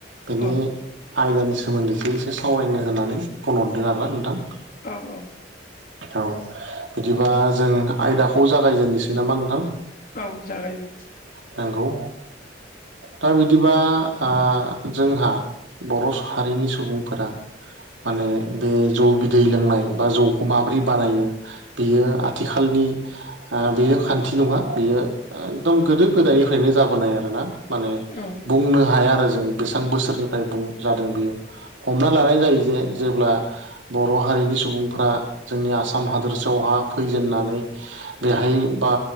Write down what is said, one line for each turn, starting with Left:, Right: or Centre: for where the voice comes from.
Right: बेनि
Left: औ
Right: आयदानि सोमोन्दैसो एसे सावरायनो होननानै फन हरदों आरोना नोंथां
Left: औ औ
Right: औ बिदिबा जों आयदाखौ जागायजेननोसै नामा नोंथां
Left: औ जागाय
Right: नोंगौ दा बिदिबा आ जोंहा बर' हारिनि सुबुंफोरा माने बे जौ बिदै लोंनाय बा जौ माब्रै बानायो बेयो आथिखालनि बेयो खान्थि नङा बेयो एकदम गोदो गोदायनिफ्रायनो जाबोनाय आरोना माने
Left: औ
Right: बुंनो हाया आरो जों बेसेबां बोसोरनिफ्राय बुं जादों बेयो हमना लानाय जायो जे जेब्ला बर' हारिनि सुबुंफ्रा जोंनि आसाम हादोरसायावहा फैजेननानै बेहाय बा